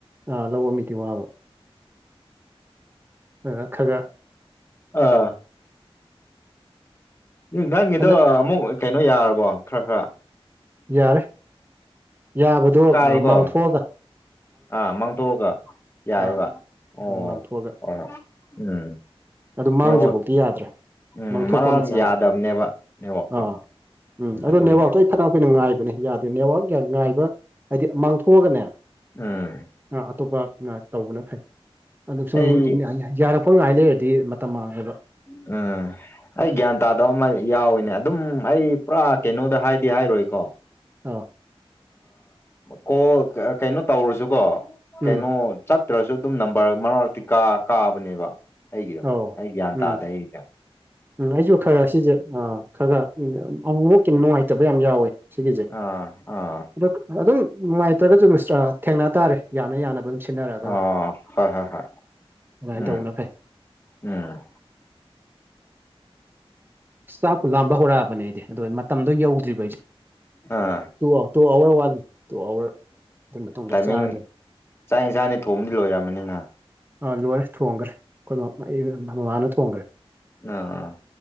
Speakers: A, on the right; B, on the left.
A: ꯑ ꯂꯧꯧꯕ ꯃꯤꯗꯤ ꯋꯥꯕ ꯑꯗ ꯈꯔ ꯈꯔ
B: ꯑꯥ ꯅꯪꯒꯤꯗꯣ
A: ꯍꯟꯗꯛ
B: ꯑꯃꯨꯛ ꯀꯩꯅꯣ ꯌꯥꯔꯕꯣ ꯈꯔ ꯈꯔ
A: ꯌꯥꯔꯦ ꯌꯥꯕꯗꯣ
B: ꯀꯥꯏꯀꯣ
A: ꯃꯥꯡꯊꯣꯛꯑꯒ
B: ꯑꯥ ꯃꯥꯡꯊꯣꯛꯑꯒ ꯌꯥꯏꯕ
A: ꯑꯥ
B: ꯑꯣ
A: ꯎꯝ ꯃꯥꯡꯊꯣꯛꯑꯒ
B: ꯍꯣꯏ ꯍꯣꯏ ꯎꯝ
A: ꯑꯗꯨ ꯃꯥꯡꯗ꯭ꯔꯤꯐꯥꯎꯗꯤ
B: ꯅꯦꯠꯋꯥꯛ
A: ꯌꯥꯗ꯭ꯔꯦ
B: ꯎꯝ
A: ꯃꯥꯡꯊꯣꯛꯄ
B: ꯃꯔꯛ
A: ꯑꯃ ꯆꯪꯉꯦ
B: ꯌꯥꯗꯕꯅꯦꯕ ꯅꯦꯠꯋꯥꯛꯇꯣ
A: ꯑꯥ ꯎꯝ ꯑꯗꯨ
B: ꯑꯗꯨꯒꯤꯅꯦ
A: ꯅꯕ ꯑꯩꯈꯣꯏꯅ ꯉꯥꯏꯕꯅꯤ ꯌꯥꯗꯦ ꯅꯦꯠꯋꯥꯛ ꯉꯥꯏꯕ ꯍꯥꯏꯗꯤ ꯃꯥꯡꯊꯣꯛꯑꯒꯅꯦ
B: ꯎꯝ
A: ꯑꯇꯣꯞꯄ ꯇꯧꯕꯅ ꯐꯩ ꯑꯗꯨ ꯁꯨꯝ
B: ꯑꯩ
A: ꯌꯥꯔ ꯍꯥꯄꯪ ꯉꯥꯏ ꯂꯩꯔꯗꯤ ꯃꯇꯝ ꯃꯥꯡꯉꯦꯕ
B: ꯑꯝ ꯑꯩ ꯒ꯭ꯌꯥꯟ ꯇꯥꯗꯕ ꯑꯃ ꯌꯥꯎꯏꯤꯅꯦ ꯑꯗꯨꯝ ꯑꯩ ꯄꯨꯔꯥ ꯀꯩꯅꯣꯗ ꯍꯥꯏꯗꯤ ꯍꯥꯏꯔꯣꯏꯀꯣ
A: ꯑꯣ
B: ꯀꯣ ꯀꯩꯅꯣ ꯇꯧꯔꯁꯨꯀꯣ ꯀꯩꯅꯣ
A: ꯎꯝ
B: ꯆꯠꯇ꯭ꯔꯁꯨ ꯑꯗꯨꯝ ꯅꯝꯕꯔ ꯃꯔꯛ ꯃꯔꯛꯇꯤ ꯀꯥ ꯀꯥꯕꯅꯦꯕ ꯑꯩꯒꯤꯗꯣ
A: ꯑꯧ
B: ꯑꯩ ꯒ꯭ꯌꯥꯟ
A: ꯎꯝ
B: ꯇꯥꯗꯦ ꯑꯩꯒꯤ ꯀ
A: ꯎꯝ ꯑꯩꯁꯨ ꯈꯔ ꯁꯤꯁꯦ ꯈꯔ ꯈꯔ ꯑꯃꯐꯛꯀꯤ ꯅꯨꯡꯉꯥꯏꯇꯕ ꯌꯥꯝ ꯌꯥꯎꯋꯦ ꯁꯤꯒꯤꯁꯦ
B: ꯑꯥ ꯑꯥ
A: ꯑꯗꯣ ꯑꯗꯨꯝ ꯅꯨꯡꯉꯥꯏꯇ꯭ꯔꯒꯁꯨ ꯃꯤꯁꯇ ꯊꯦꯡꯅ ꯇꯥꯔꯦ ꯌꯥꯅ ꯌꯥꯅꯕ ꯁꯤꯟꯅꯔꯛꯗꯕ
B: ꯑꯥ ꯍꯣꯏ ꯍꯣꯏ ꯍꯣꯏ
A: ꯑꯗꯨꯃꯥꯏꯅ
B: ꯎꯝ
A: ꯇꯧꯕꯅ ꯐꯩ
B: ꯎꯝ
A: ꯆꯥꯛꯄꯨ ꯂꯥꯝꯕ ꯍꯧꯔꯛꯑꯕꯅꯦ ꯑꯩꯗꯤ ꯑꯗꯣ ꯃꯇꯝꯗꯣ ꯌꯧꯗ꯭ꯔꯤꯕ ꯑꯩꯁꯦ
B: ꯑꯥ
A: ꯇꯨ ꯇꯨ ꯑꯋꯥꯔ ꯋꯥꯂꯤ ꯇꯨ ꯑꯋꯥꯔ ꯑꯗꯨꯒꯤ ꯃꯇꯨꯡꯗ
B: ꯇꯥꯏꯃꯤꯡ
A: ꯆꯥꯔꯗꯣꯏꯅꯤ
B: ꯆꯥꯛ ꯏꯟꯁꯥꯡꯅꯤ ꯊꯣꯡꯝꯗꯤ ꯂꯣꯏꯔꯝꯃꯅꯤꯅꯍ
A: ꯑ ꯂꯣꯏꯔꯦ ꯊꯣꯡꯈ꯭ꯔꯦ ꯑꯩ ꯃꯃꯥꯅ ꯊꯣꯡꯈ꯭ꯔꯦ
B: ꯑ ꯑ